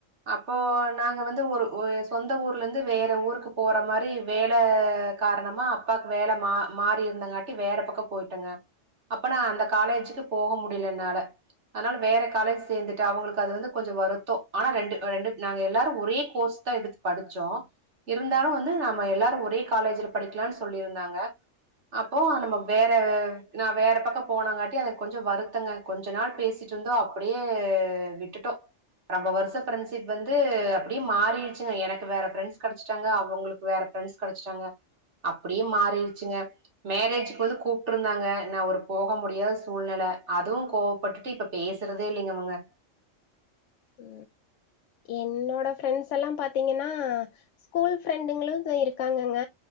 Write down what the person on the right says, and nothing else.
அப்போ நாங்க வந்து ஒரு ஒ சொந்த ஊர்லேந்து வேற ஊருக்கு போற மாரி வேல காரணமா அப்பாக் வேல மா மாறி இருந்தங்காட்டி வேற பக்க போயிட்டங்க அப்பனா அந்த காலேஜ்க்கு போக முடில என்னால அத்னால வேற காலேஜ் சேந்துட்டு அவுங்ளுக்கு அது வந்து கொஞ்ச வருத்தோ ஆனா ரெண்டு ரெண்டு நாங்க எல்லாரு ஒரே கோர்ஸ் தா எடுத்து படுச்சோ இருந்தாலு வந்து நாம எல்லாரு ஒரே காலேஜ்ல படிக்லான் சொல்லிருந்தாங்க ஓ நம்ம வேற நா வேற பக்க போனங்காட்டி அத கொஞ்ச வருத்தங்க கொஞ்ச நாள் பேசிட் ட்ருந்தோ அப்புடியே விட்டுட்டோ ரம்ப வர்ஷ ஃப்ரெண்ட்ஷிப் வந்து அப்புடியே மாறிடுச்சுங்க எனக்கு வேற ஃப்ரண்ட்ஸ் கடச்சட்டாங்க அவங்ளுக் வேற ஃப்ரெண்ட்ஸ் கடச்சிட்டாங்க அப்புடியே மாறிடுச்சுங்க மேரேஜ்க் வந்து கூப்ட்ருந்தாங்க நா ஒரு போக முடியாத சூழ்நல அதுவு கோவப்பட்டுட்டு இப்ப பேசுறதே இல்லிங்க அவுங்க